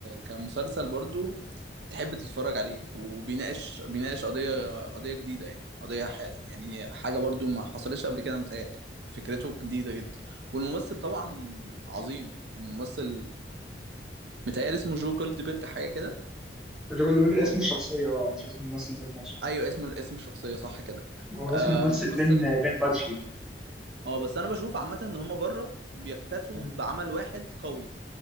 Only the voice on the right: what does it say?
كمسلسل برضو تحب تتفرج عليه وبيناقش بيناقش قضية قضية جديدة يعني قضية ح... يعني حاجة برضو ما حصلتش قبل كده متهيألي فكرته جديدة جدا والممثل طبعا عظيم الممثل متهيألي اسمه جو جولدبرج حاجة كده
هو
ايوه اسم اسم الشخصية صح كده
آه
ممثل
اه بس انا بشوف عامة ان هما بره بيكتفوا
بعمل واحد قوي